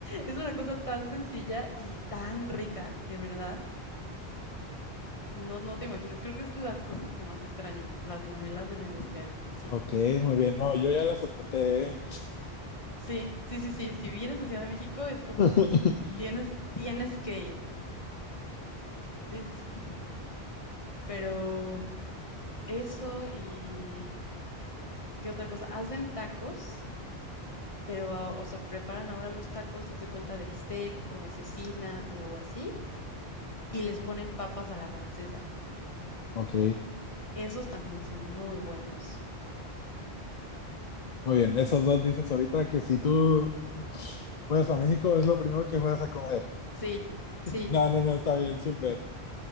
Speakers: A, on the left (about 30°); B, on the left (about 45°).
A: Es una cosa tan sencilla y tan rica, de verdad. No, no te imaginas. Creo que es de las cosas que más extraño, las memelas de la industrial. Sí,
B: Ok, muy bien. No, yo ya las apunté, ¿eh?
A: sí, sí, sí, sí. Si vienes a Ciudad de México es como
B: <laughs>
A: tienes, tienes que ir. Sí, sí, sí. Pero eso y ¿qué otra cosa? Hacen tacos, pero ah, o sea, preparan ahora los tacos, haz de cuenta de bistec o de cecina o así, y les ponen papas a la francesa.
B: Ok,
A: Esos también son muy buenos.
B: muy bien. Esos dos dices ahorita que si tú fueras a México es lo primero que fueras a comer.
A: Sí, sí,
B: No, no, no, está bien, súper.